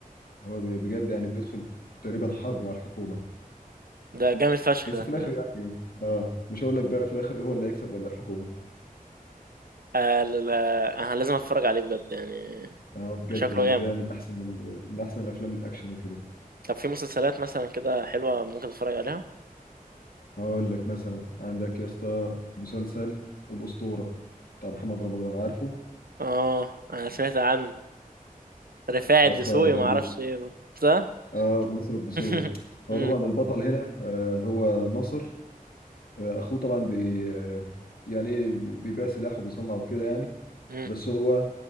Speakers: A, on the left (about 85°); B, on the right (about 80°).
A: هو ب- بجد يعني بيدخل تقريبا حرب مع الحكومة
B: ده جامد فشخ
A: بس
B: ده
A: في الاخر
B: ده-
A: يعني ايه اه مش هقول لك بقى في الاخر ايه هو اللي هيكسب ولا الحكومة
B: آه، لا- لا، انا لازم اتفرج عليه بجد يعني
A: اه بجد
B: شكله
A: يعني
B: جامد
A: ده من احسن ال... من احسن الافلام الاكشن وكده
B: طب في مسلسلات مثلا كده حلوة ممكن اتفرج عليها
A: هقول لك مثلا عندك يا اسطى مسلسل الاسطورة بتاع محمد رمضان عارفه
B: اه انا سمعت عنه رفاعي
A: يا
B: الدسوقي
A: اسطى
B: ما
A: ده
B: اعرفش ايه صح
A: اه ناصر الدسوقي
B: <laughs> مم،
A: هو طبعا البطل هنا آه، هو ناصر آه، اخوه طبعا بي آه، يعني ايه بيبيع سلاح وبيصنع وكده يعني
B: مم،
A: بس هو